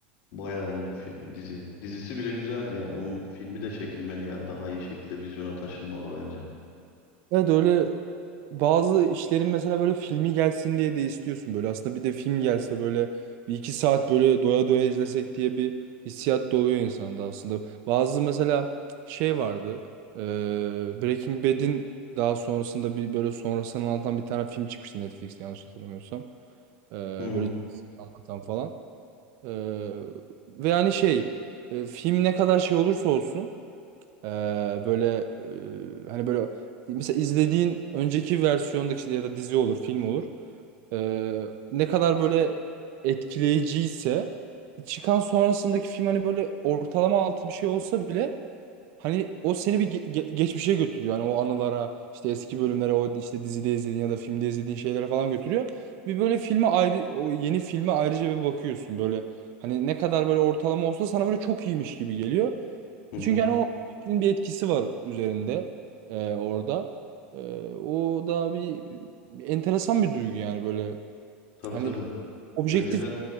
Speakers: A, on the left; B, on the right.
A: Bayağı iyi bir fi- dizi. Dizisi bile güzeldi yani. Onun filmi de çekilmeli yani. Daha iyi şekilde vizyona taşınmalı bence.
B: Evet öyle bazı işlerin mesela böyle filmi gelsin diye de istiyorsun böyle. Aslında bir de film gelse böyle bir iki saat böyle doya doya izlesek diye bir hissiyat da oluyor insanda aslında. Bazı mesela şey vardı. e, Breaking Bad'in daha sonrasında bir böyle sonrasını anlatan bir tane film çıkmıştı Netflix'te yanlış hatırlamıyorsam. E,
A: Hı
B: böyle anlatan falan. Ee, ve hani şey e, film ne kadar şey olursa olsun e, böyle e, hani böyle mesela izlediğin önceki versiyondaki şey ya da dizi olur film olur E, ne kadar böyle etkileyiciyse çıkan sonrasındaki film hani böyle ortalama altı bir şey olsa bile Hani o seni bir ge- ge- geçmişe götürüyor. Hani o anılara, işte eski bölümlere, o işte dizide izlediğin ya da filmde izlediğin şeylere falan götürüyor. Bir böyle filme ayrı, o yeni filme ayrıca bir bakıyorsun böyle. Hani ne kadar böyle ortalama olsa sana böyle çok iyiymiş gibi geliyor.
A: hı hı.
B: Çünkü hani o filmin bir etkisi var üzerinde e, orada. E, o da bir, bir enteresan bir duygu yani böyle.
A: Tabii
B: Hani
A: tabii.
B: objektif
A: Önceden